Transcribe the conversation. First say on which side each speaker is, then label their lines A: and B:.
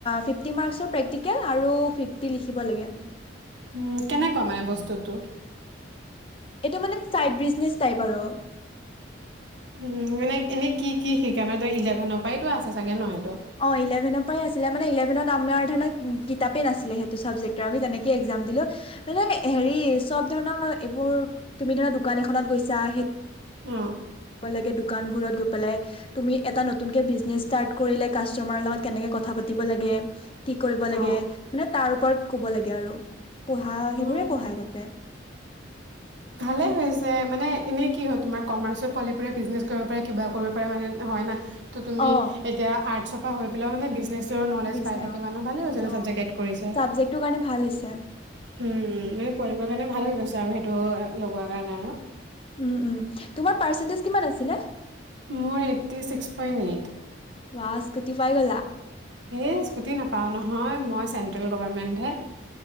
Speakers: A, on the left; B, on the right.
A: ফিফটি মাৰ্কচৰ প্ৰেক্টিকেল আৰু ফিফটি লিখিব লাগে।
B: উম কেনেকুৱা মানে বস্তুটো।
A: এইটো মানে চাইড বিজনেচ টাইপ আৰু।
B: উ মানে এনেই কি কি শিকাই মানে তই ইলেভেনৰ পৰাইতো আছে চাগে ন।
A: অ ইলেভেনৰ পৰাই আছিলে মানে ইলেভেন। আমাৰ কিতাপে নাছিলে সেইটো চাবজেক্ট আমি তেনেকৈ একজাম দিলো। মানে হেৰি চব। ধৰনয়। এইবোৰ তুমি ধৰা দোকান এখনত গৈছ। জাহে।
B: উম।
A: ভাল লাগে দু। দোকানবোৰত গৈ পেলাই। তুমি এটা নতুনকে বিজনেছ। তাত কৰিলে কাষ্টমাৰ লগত কেনেকে কথা পাতিব লাগে। কি কৰিব
B: অ',
A: লাগে মানে। তাৰ ওপৰত ক'ব লাগে আৰু। পঢ়া সেইবোৰে
B: উম।
A: পঢ়ায় তাতে।
B: ভালে হৈছে মানে এনেই কি হয় তোমাৰ কমাৰ্চ পোৱালি বোৰে বিজনেছ কৰিব পাৰে কিবা কৰিব পাৰে মানে হয় না। ত' তুমি
A: অ
B: এতিয়া আৰ্টছ। পাহৰি পেলাই মানে বিছ নলেজ
A: বিজ
B: পাই থাকে
A: অ
B: মানে ভালে হৈছে। এনে
A: অ
B: চাবজেক্ট এড কৰিছে
A: চাবজেক্টটোৰ কাৰণে ভাল হৈছে
B: উম উম পোৱালিবোৰৰ কাৰণে ভাল। ছাৰে সেইটো। লগোৱাৰ কাৰণে আৰু।
A: উম উম তোমাৰ পাৰ্চেণ্টেজ কিমান আছিলে?
B: মোৰ এইট্টি ছিক্স পইণ্ট এইট।
A: বা স্কুটি পাই গলা।
B: এই স্কুটি নাপাওঁ নহয়, মই চেণ্ট্ৰেল গভমেণ্টহে।